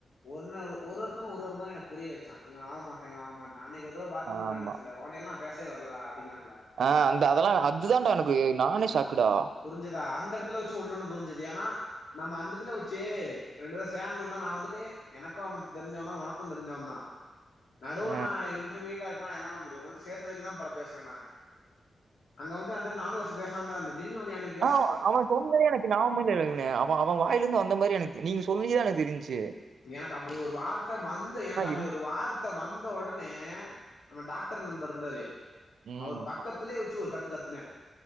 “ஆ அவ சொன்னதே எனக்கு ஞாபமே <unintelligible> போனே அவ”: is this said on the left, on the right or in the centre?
Right